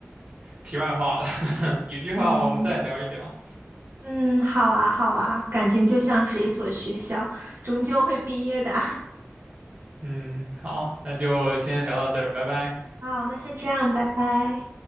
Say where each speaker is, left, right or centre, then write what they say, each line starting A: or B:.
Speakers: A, on the right; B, on the right.
A: 题外话了，<laughs> 有句话我们再聊一聊。
B: 嗯嗯，好啊好啊，感情就像是一所学校，终究会毕业的。
A: 嗯，好，那就先聊到这儿，拜拜。
B: <laughs> 好，那先这样，拜拜。